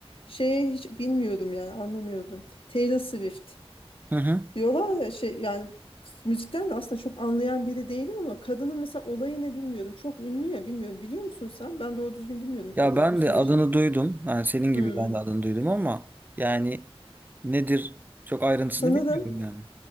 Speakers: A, on the left (about 60°); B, on the right (about 20°).
A: şeyi hiç bilmiyordum yani anlamıyordum. Taylor Swift.
B: Hı hı.
A: Diyorlar ya şey yani müzikten de aslında çok anlayan biri değilim ama kadının mesela olayını bilmiyordum. Çok ünlü ya bilmiyorum. Biliyor musun sen? Ben doğru düzgün bilmiyordum
B: Ya
A: kadını
B: ben
A: bu sene
B: de adını
A: şeyi.
B: duydum. Yani senin gibi
A: Hmm.
B: ben de adını duydum ama yani nedir çok ayrıntısını
A: Sanırım
B: bilmiyorum yani.